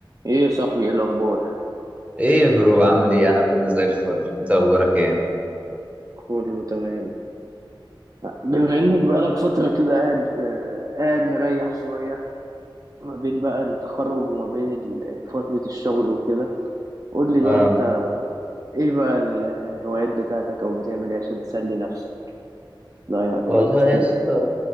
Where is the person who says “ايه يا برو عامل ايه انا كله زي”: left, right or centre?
Right